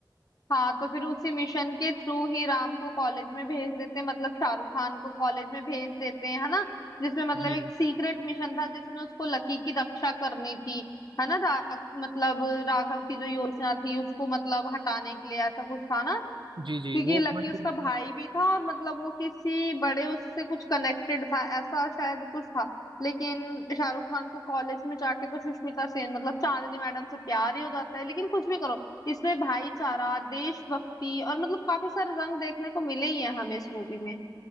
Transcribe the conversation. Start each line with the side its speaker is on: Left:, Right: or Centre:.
Left: हाँ तो फिर उसी मिशन के थ्रू ही राम को कॉलेज में भेज देते हैं मतलब शाहरुख खान को कॉलेज में भेज देते हैं है ना जिसमें मतलब
Right: जी
Left: एक सीक्रेट मिशन था जिसमें उसको लकी की रक्षा करनी थी है ना रा, मतलब राघव की जो योजना थी उसको मतलब हटाने के लिए ऐसा कुछ था ना
Right: जी जी
Left: क्योंकि
Right: वो
Left: लकी
Right: मतलब
Left: उसका भाई भी था और मतलब वो किसी बड़े उससे कुछ कनेक्टेड था ऐसा शायद कुछ था लेकिन शाहरुख खान को कॉलेज में जाके तो सुष्मिता सेन मतलब चांदनी मैडम से प्यार ही हो जाता है लेकिन कुछ भी करो इसमें भाईचारा देशभक्ति और मतलब काफी सारे रंग देखने को मिले ही हैं हमें इस मूवी में